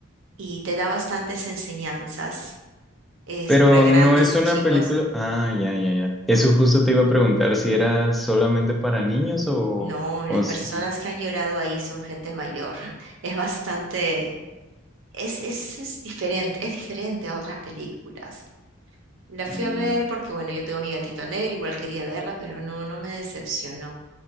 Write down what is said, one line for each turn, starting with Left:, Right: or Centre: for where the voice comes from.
Right: y te da bastantes enseñanzas. Es
Centre: pero
Right: para grandes
Centre: no es
Right: y
Centre: una
Right: chicos.
Centre: película. Ah, ya, ya, ya. Eso justo te iba a preguntar si era solamente para niños o,
Right: No, las
Centre: o s-
Right: personas que han llorado ahí son gente mayor. <laughs> Es bastante, es, es, es diferente, es diferente a otras películas. La fui
Centre: mm,
Right: a ver porque, bueno, yo tengo mi gatito negro, igual quería verla, pero no, no me decepcionó.